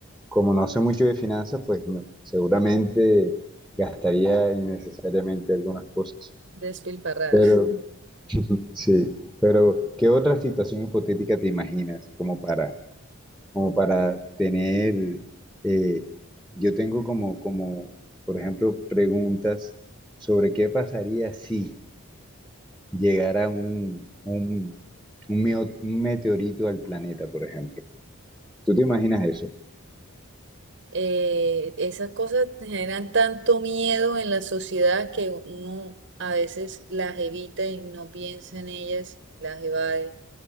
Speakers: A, in the centre; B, on the right (about 55°).
A: como no sé mucho de finanzas, pues me- seguramente gastaría innecesariamente algunas cosas.
B: Despilfarrar.
A: Pero
B: <laughs>
A: sí, pero ¿qué otra situación hipotética te imaginas como para, como para tener, eh, yo tengo como, como, por ejemplo, preguntas sobre qué pasaría si llegara un, un, un meo- un meteorito al planeta, por ejemplo. ¿Tú te imaginas eso?
B: Eh, esas cosas generan tanto miedo en la sociedad que uno a veces las evita y no piensa en ellas, las evade,